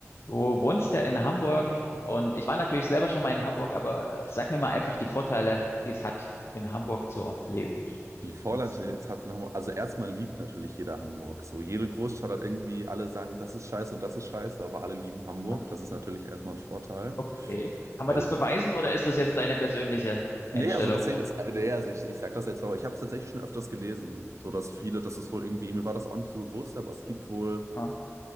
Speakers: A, on the left (about 60°); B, on the right (about 75°).
A: Du wohnst ja in Hamburg und ich war natürlich selber schon mal in Hamburg, aber äh, sag mir mal einfach die Vorteile, die es hat, in Hamburg zu leben.
B: Die Vorland
A: Was?
B: es hatte nochmal, also erstmal liebt natürlich jeder Hamburg. So, jede Großstadt hat irgendwie, alle sagen, das ist scheiße und das ist scheiße, aber alle lieben Hamburg.
A: Ja?
B: Das ist natürlich erstmal ein Vorteil,
A: Okay. Kann
B: weil,
A: man das beweisen oder ist das jetzt deine persönliche
B: nee,
A: Einstellung?
B: also das Ding ist, äh, nee, also ich, ich sag das jetzt, so, aber ich habe es tatsächlich schon öfters gelesen, so dass viele, das ist wohl irgendwie, mir war das auch nicht so bewusst, aber es gibt wohl,
A: Ja,